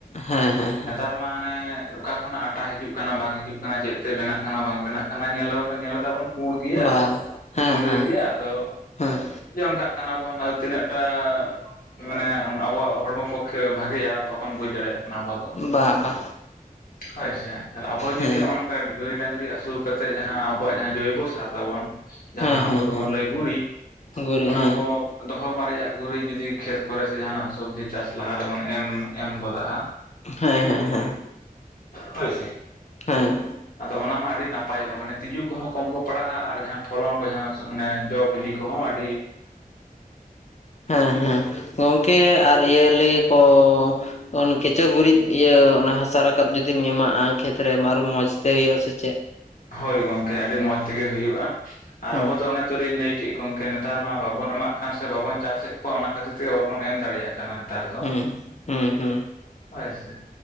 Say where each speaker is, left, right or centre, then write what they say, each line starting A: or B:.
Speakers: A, on the left; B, on the left.
A: ᱦᱮᱸ ᱦᱮᱸ ᱦᱮᱸ᱾
B: ᱟᱴᱟ ᱢᱟ ᱦᱟᱱᱮ ᱚᱠᱟ ᱠᱷᱚᱱᱟᱜ ᱟᱴᱟ ᱦᱤᱡᱩᱜ ᱠᱟᱱᱟ ᱵᱟᱝ ᱦᱤᱡᱩᱜ ᱠᱟᱱᱟ ᱪᱮᱫ ᱛᱮ ᱵᱮᱱᱟᱜ ᱠᱟᱱᱟ ᱵᱟᱝ ᱵᱮᱱᱟᱜ ᱠᱟᱱᱟ᱾ ᱧᱮᱞ ᱦᱚ ᱵᱟᱵᱮᱱ ᱧᱮᱞ ᱞᱮᱫᱟᱵᱚᱱ ᱯᱩᱲ ᱜᱮᱭᱟ
A: ᱵᱟᱝ
B: ᱥᱮ
A: ᱦᱮᱸ
B: ᱜᱩᱰᱟᱹ
A: ᱦᱮᱸ
B: ᱜᱮᱭᱟ ᱟᱫᱚ
A: ᱦᱮᱸ
B: ᱡᱚᱢ ᱠᱟᱜ ᱠᱟᱱᱟ ᱵᱚᱱ ᱟᱫᱚ ᱛᱤᱱᱟᱹᱜ ᱴᱟ ᱢᱟᱱᱮ ᱟᱵᱚᱣᱟᱜ ᱦᱚᱲᱢᱚ ᱯᱚᱠᱠᱷᱮ ᱵᱷᱟᱜᱮ ᱜᱮᱭᱟ ᱵᱟᱵᱚᱱ ᱵᱩᱡᱽ ᱫᱟᱲᱮᱭᱟᱜ ᱠᱟᱱᱟ ᱟᱵᱚ ᱫᱚ᱾
A: ᱵᱟ ᱵᱟ
B: ᱦᱳᱭ ᱥᱮ ᱟᱵᱚ ᱡᱩᱫᱤ
A: ᱦᱮᱸ
B: ᱚᱱ ᱜᱟᱹᱭ ᱰᱟᱹᱝᱨᱤ ᱟᱹᱥᱩᱞ ᱠᱟᱛᱮᱫ ᱡᱟᱦᱟᱸ ᱟᱵᱚᱣᱟᱜ ᱡᱟᱦᱟᱸ ᱡᱳᱭᱵᱚ ᱥᱟᱨ ᱛᱟᱵᱚᱱ ᱡᱟᱦᱟᱸ
A: ᱦᱮᱸ
B: ᱟᱵᱚ
A: ᱦᱮᱸ
B: ᱫᱚᱵᱚᱱ
A: ᱦᱮᱸ
B: ᱞᱟᱹᱭ ᱜᱩᱨᱤᱡ᱾
A: ᱜᱩᱨᱤᱡ
B: ᱚᱱᱟ
A: ᱦᱮᱸ
B: ᱠᱚ ᱫᱚᱦᱚ ᱢᱟᱨᱮᱭᱟᱜ ᱜᱩᱨᱤᱡ ᱡᱩᱫᱤ ᱠᱷᱮᱛ ᱠᱚᱨᱮ ᱥᱮ ᱡᱟᱦᱟᱱᱟᱜ ᱥᱚᱵᱽᱡᱤ ᱪᱟᱥ ᱞᱟᱦᱟ ᱨᱮᱵᱚᱱ ᱮᱢ ᱮᱢ ᱜᱚᱫᱟᱼᱟ᱾
A: ᱦᱮᱸ ᱦᱮᱸ ᱦᱮᱸ᱾
B: ᱦᱳᱭ ᱥᱮ᱾
A: ᱦᱮᱸ᱾
B: ᱟᱫᱚ ᱚᱱᱟ ᱢᱟ ᱟᱹᱰᱤ ᱱᱟᱯᱟᱭᱚᱜᱼᱟ᱾ ᱢᱟᱱᱮ ᱛᱤᱡᱩ ᱠᱚᱦᱚᱸ ᱠᱚᱢ ᱠᱚ ᱯᱟᱲᱟᱜᱼᱟ᱾ ᱟᱨ ᱡᱟᱦᱟᱸ ᱯᱷᱚᱞᱚᱱ ᱠᱚ ᱡᱟᱦᱟᱸ ᱢᱟᱱᱮ ᱡᱚ ᱵᱤᱞᱤ ᱠᱚᱦᱚᱸ ᱟᱰ
A: ᱦᱮᱸ ᱦᱮᱸ ᱜᱚᱝᱠᱮ ᱟᱨ ᱤᱭᱟᱹ ᱞᱟᱹᱭᱟᱠᱚ ᱚᱱ ᱠᱮᱪᱚ ᱜᱩᱨᱤᱡ ᱤᱭᱟᱹ ᱚᱱᱟ ᱦᱟᱥᱟ ᱨᱟᱠᱟᱵ ᱡᱩᱫᱤᱢ ᱮᱢᱟᱜᱼᱟ᱾ ᱠᱷᱮᱛ ᱨᱮᱢ ᱟᱨᱚ ᱢᱚᱸᱡᱽ ᱛᱮ ᱦᱩᱭᱩᱜᱼᱟ ᱥᱮ ᱪᱮᱫ?
B: ᱦᱳᱭ ᱜᱚᱝᱠᱮ ᱟᱹᱰᱤ ᱢᱚᱸᱡᱽ ᱛᱮᱜᱮ ᱦᱩᱭᱩᱜᱼᱟ᱾ ᱟᱨ
A: ᱦᱮᱸ
B: ᱟᱵᱚ ᱫᱚ ᱚᱱᱟ ᱛᱚᱨᱤᱧ ᱞᱟᱹᱭ ᱠᱮᱫ ᱜᱚᱝᱠᱮ ᱱᱮᱛᱟᱨ ᱢᱟ ᱵᱟᱵᱚᱱ ᱮᱢᱟᱜ ᱠᱟᱱ ᱥᱮ ᱵᱟᱵᱚᱱ ᱪᱟᱥᱮᱫ ᱠᱚᱣᱟ ᱚᱱᱟ ᱠᱷᱟᱹᱛᱤᱨ ᱛᱮᱜᱮ ᱵᱟᱵᱚᱱ ᱮᱢ ᱫᱟᱲᱮᱭᱟᱜ ᱠᱟᱱᱟ᱾ ᱱᱮᱛᱟᱨ ᱫᱚ
A: ᱦᱮᱸ ᱦᱮᱸ ᱦᱮᱸ
B: ᱦᱳᱭ ᱥᱮ᱾